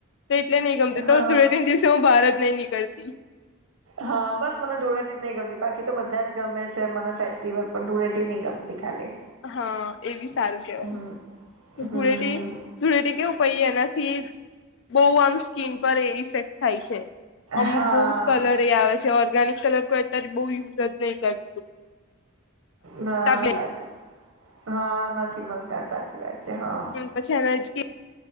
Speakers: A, on the left; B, on the right.
A: તો એટલે નહી ગમતું
B: હા
A: તો ધુળેટી ની દિવસે હું બહાર જ નહી નીકળતી. <inaudible>
B: હા બસ મને ધૂળેટી જ નહી ગમતી બાકી તો બધા જ ગમે છે મને ફેસ્ટિવલ પણ ધૂળેટી નહી ગમતી ખાલી
A: હા એ બી સારું કેહેવાય
B: હમ
A: કે ધૂળેટી
B: હમ
A: ધૂળેટી કેવું કહીએ એનાથી બહુ આમ સ્કીન પર એ ઇફેક્ટ થાય છે. અમુક
B: હા
A: બહુ જ કલર એ આવે છે ઓર્ગેનિક કલર કોઈ અત્યારે બઉ યુઝ જ નહીં કર
B: ના
A: બી
B: સાચી હા નથી મળતા સાચી વાત છે હા
A: પછી અને હિચકી